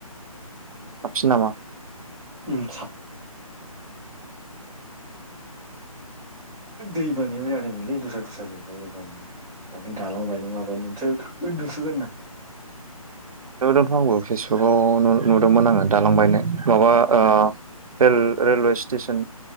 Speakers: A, on the right (about 70°); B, in the centre.
A: आबसि‌ नामा
B: उम <unintelligible> दै बानायाबो जादोंमोनलै दस्रा दस्रा जायगायाव गोगोमनो। माथो दालांबायलांला <unintelligible>
A: थ' आंबो फेसबुकाव नुदोंमोन आङो दालांबायनाय माबा ओ
B: उम
A: टेल रेलवे स्टेसन